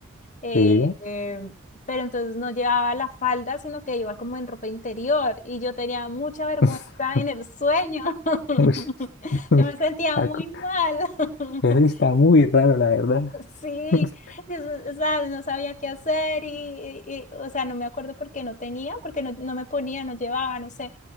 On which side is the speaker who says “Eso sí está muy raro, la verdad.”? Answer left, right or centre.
Left